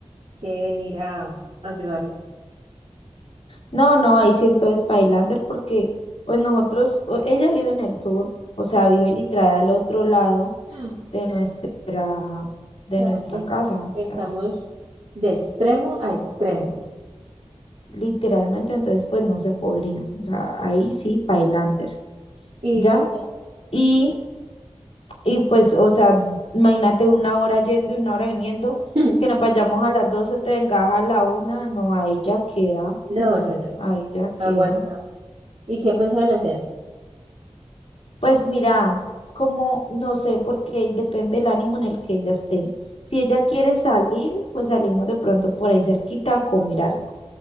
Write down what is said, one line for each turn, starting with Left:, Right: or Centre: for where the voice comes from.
Right: que venir a ayudarla.
Left: No, no, ahí sí entonces Pailander porque pues nosotros, o- ella vive en el sur, o sea, vive literal al otro lado
Right: Mm,
Left: de nuestra, de
Right: O
Left: nuestra
Right: sea, es-
Left: casa, o
Right: estamos
Left: sea,
Right: de extremo a extremo.
Left: literalmente entonces pues no se podría, o sea, ahí sí Pailander,
Right: Y
Left: ¿ya?
Right: que...
Left: Y, y pues, o sea, imagínate una hora yendo y una hora viniendo,
Right: <laughs>
Left: que nos vayamos a las 12 te vengas a la una, no, ahí ya queda,
Right: No, no, no,
Left: ahí
Right: no.
Left: ya queda.
Right: No aguanta. ¿Y qué pensaban hacer?
Left: Pues mira, como no sé, porque depende del ánimo en el que ella esté. Si ella quiere salir, pues salimos de pronto por ahí cerquita a comer algo,